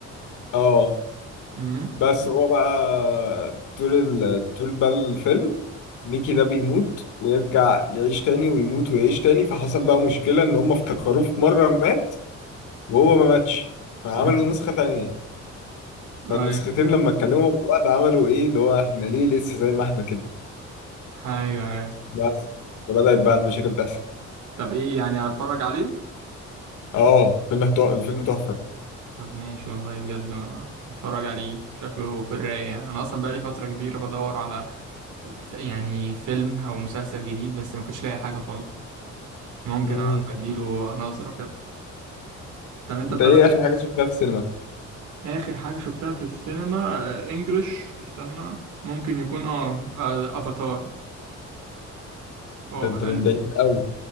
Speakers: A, on the left; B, on the right.
A: اه
B: امم
A: بس هو بقى طول ال... طول بقى الفيلم ميكي ده بيموت ويرجع يعيش تاني ويموت ويعيش تاني فحصل بقى مشكلة ان هم افتكروه في مرة مات وهو ما ماتش فعملوا
B: أمم.
A: نسخة تانية فالنسختين
B: ايوه
A: لما اتكلموا مع بعض عملوا ايه اللي هو احنا ليه لسه زي ما احنا كده
B: ايوه ايوه
A: بس فبدأت بقى المشاكل تحصل
B: طب ايه يعني هتفرج عليه
A: اه فيلم تحفة الفيلم تحفة
B: طب ماشي والله بجد اتفرج عليه شكله في الرايق يعني انا اصلا بقالي فتره كبيره بدور على ف- يعني فيلم او مسلسل جديد بس ما كنتش لاقي حاجه خالص ممكن
A: مم.
B: اديله نظره كده طب انت
A: انت
B: بتابع
A: ايه اخر حاجة شفتها في السينما؟
B: اخر حاجه شفتها في السينما آه، انجلش استنى ممكن يكون اه آه، افاتار هو
A: ده انت
B: بقاله
A: من بعيد قوي